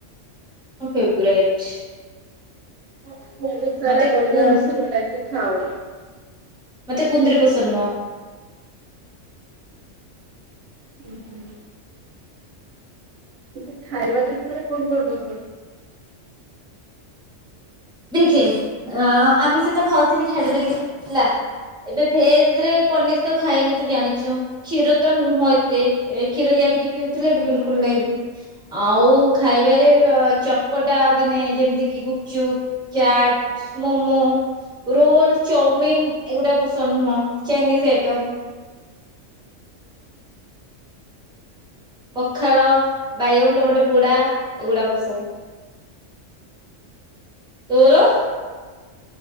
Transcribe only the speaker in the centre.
ମୋ ଫେବ୍ରାଇଟ।
ମତେ
କୁନ୍
ମତେ କୁନ୍ଦୁରି ପସନ୍ଦ ନୁହଁ।
ଦେଖେ ଆ ଆମିଷ ତ ଖାଉଥିଲି ଛାଡ଼ିଦେଲି ହେଲା। ଏବେ ଭେଜ୍ ରେ ପନିର୍ ତ ଖାଏନି ତୁ ଜାଣିଚୁ। କ୍ଷୀର ତ ନୁହଁ ଏତେ। ଏ କ୍ଷୀର ଇଆଡେ ଟିକେ ପିଉଥିଲି ଏବେ ବିଲକୁଲ୍ ନାହିଁ। ଆଉ ଖାଇବାରେ ଚଟପଟା ମାନେ ଯେମିତି କିି ଗୁପ୍ ଚୁପ୍, ଚାଟ୍, ମୋମୋ। ରୋଲ୍, ଚଉମିିନ୍ ଏଗୁଡା ପସନ୍ଦ ନୁହଁ ଚାଇନିଜ୍ ଆଇଟମ୍। ପଖାଳ, ବାଇଗଣ, ଟମାଟ ପୋଡା ଏଗୁଡା ପସନ୍ଦ। ତୋର?